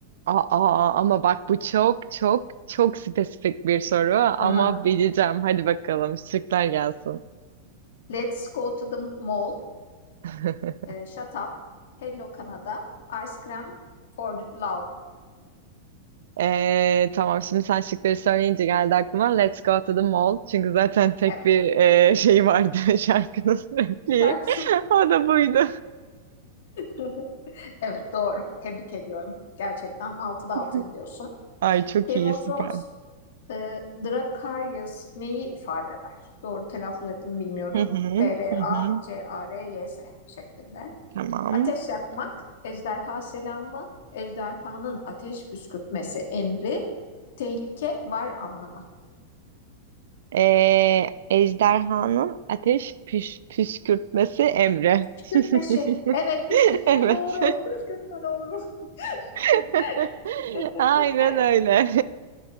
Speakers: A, on the right; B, on the left.
A: Aa, ama bak bu çok çok çok spesifik bir soru ama
B: Değil
A: bileceğim. Hadi bakalım şıklar gelsin.
B: Let's go to the mall,
A: <laughs>
B: e, Shut Up, Hello Canada, Ice Cream for Love.
A: Ee, tamam şimdi sen şıkları söyleyince geldi aklıma Let's Go to the Mall. Çünkü zaten tek
B: Evet.
A: bir e, şey vardı <laughs> şarkının repliği.
B: Şarkısı var.
A: <laughs> O da buydu.
B: <laughs> Evet doğru. Tebrik ediyorum. Gerçekten altıda 6
A: <laughs>
B: gidiyorsun.
A: Ay çok
B: Game
A: iyi
B: of
A: süper.
B: Thrones e, Dracarys neyi ifade eder? Doğru telaffuz ettim bilmiyorum.
A: Hı hı,
B: D-R-A-C-A-R-Y-S
A: hı hı.
B: şeklinde.
A: Tamam.
B: Ateş yakmak, ejderha selamı, ejderhanın ateş püskürtmesi emri, tehlike var anlamı.
A: Ee, ejderhanın ateş püs püskürtmesi emri.
B: Püskürtmeşi.
A: <laughs>
B: Evet püskürtme
A: Evet.
B: doğru. Püskürtme doğru.
A: <laughs>
B: <laughs>
A: Aynen
B: <laughs>
A: öyle.